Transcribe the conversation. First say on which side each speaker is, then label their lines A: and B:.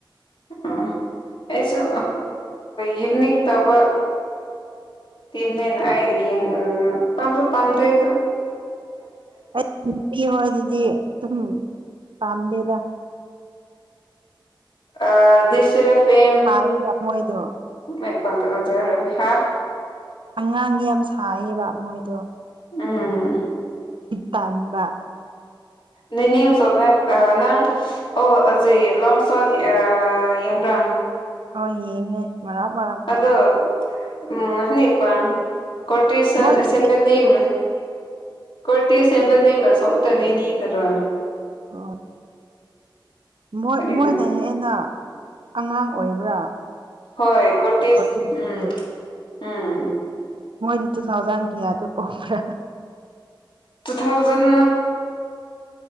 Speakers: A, on the left; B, on the right.
A: ꯎ ꯑꯩꯁꯨ ꯌꯨꯅꯤꯛ ꯇꯧꯕ ꯇꯤꯝꯅꯦꯅ ꯑꯩ ꯄꯥꯝꯁꯨ ꯄꯥꯝꯗꯦ ꯑꯗꯣ
B: ꯍꯣꯏ ꯑꯗꯨꯗꯤ ꯑꯗꯨꯝ ꯄꯥꯝꯗꯦꯗ
A: ꯑ ꯁꯨꯔ ꯐꯤꯝ
B: ꯁꯥꯏꯕ ꯃꯣꯏꯗꯣ
A: ꯃ ꯄꯥꯎꯗ ꯍꯖꯔ ꯍꯥ
B: ꯑꯉꯥꯡ ꯌꯥꯝ ꯁꯌꯦꯕ ꯃꯣꯏꯗꯣ
A: ꯑꯥ
B: ꯇꯝꯕ
A: ꯅꯦꯅꯦ ꯁꯣꯅ ꯅꯪ ꯑꯣꯆꯦ ꯂꯣꯡ ꯁꯠ ꯌꯦꯡꯕ꯭ꯔꯥ
B: ꯑ ꯌꯦꯡꯉꯦ ꯃꯂ ꯃꯅꯠꯇ
A: ꯑꯗꯣ ꯎꯝ ꯍꯅꯤꯄꯥ ꯀꯣꯇꯁꯟ
B: ꯃꯣꯏꯒꯤ
A: ꯁꯤꯕꯅꯤꯝ ꯀꯇ ꯁꯦꯝꯕꯔ ꯅ ꯃ ꯁꯋꯥ ꯇꯅꯅꯤ ꯇꯔ
B: ꯍ ꯣꯏ
A: ꯑꯗꯨꯗ
B: ꯃꯣꯏꯅ ꯍꯦꯟꯅ ꯑꯉꯥꯡ ꯑꯣꯏꯕ꯭ꯔꯥ
A: ꯍꯣꯏ ꯀꯣꯇꯤꯁ
B: ꯀꯣꯔꯇꯤꯁꯤꯒꯤ
A: ꯎꯝ ꯑꯝ
B: ꯃꯣꯏꯗꯤꯠꯇꯨ ꯊꯥꯎꯖꯥꯟꯒꯌꯥꯗ ꯀꯣꯄ꯭ꯔꯥ
A: ꯇꯨ ꯊꯥꯎꯖꯟ